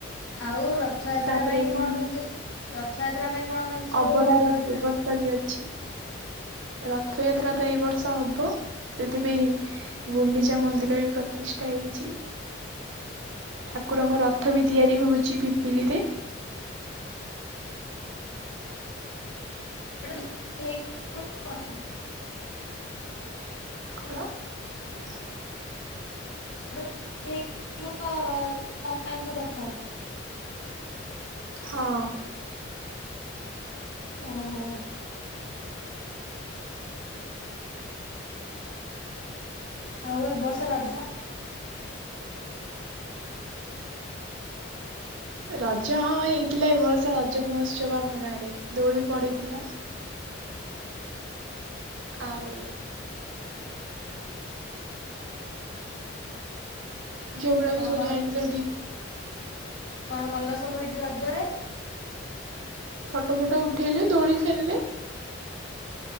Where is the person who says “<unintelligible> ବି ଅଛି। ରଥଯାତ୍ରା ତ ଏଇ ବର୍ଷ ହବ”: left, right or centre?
Right